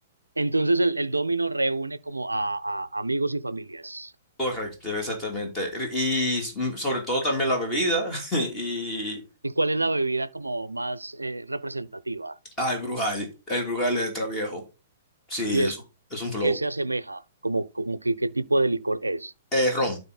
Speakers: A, on the right; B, on the left.
A: Entonces el, el dominó reúne como a, a amigos y familias.
B: Correcto, exactamente. Y mm, sobre todo también la bebida <laughs> y...
A: ¿Y cuál es la bebida como más eh, representativa?
B: Ah, el Brugal, el Brugal de Traviejo. Sí,
A: ¿Y
B: es,
A: es
B: es un flow.
A: qué se asemeja? Como, como que, ¿qué tipo de licor es?
B: Eh, rom,